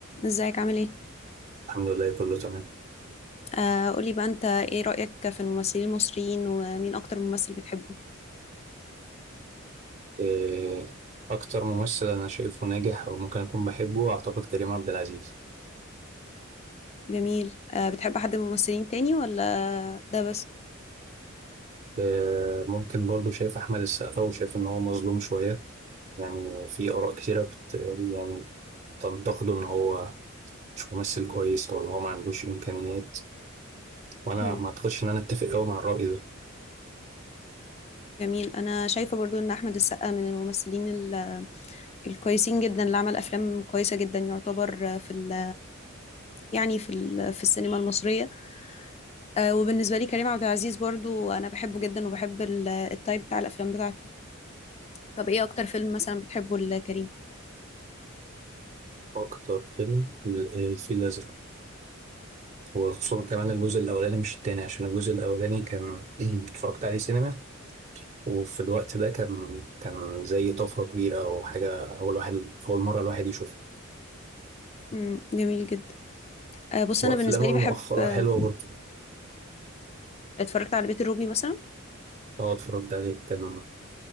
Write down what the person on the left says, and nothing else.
ازيك عامل ايه؟
آه قولي بقى انت ايه رأيك في الممثلين المصريين ومين اكتر ممثل بتحبه؟
جميل آه بتحب حد من الممثلين تاني ولا ده بس؟
مم.
جميل انا شايفة برضو ان احمد السقا من الممثلين ال- الكويسين جدا اللي عمل افلام كويسة جدا يعتبر آه، في ال يعني في ال في السينما المصرية آه وبالنسبة لي كريم عبد العزيز برضو انا بحبه جدا وبحب ال- التايب بتاع الافلام بتاعته طب ايه اكتر فيلم مثلا بتحبه لكريم؟
مم. جميل جدا آه بص
انا بالنسبة لي
بحب آه
اتفرجت على بيت الروبي مثلا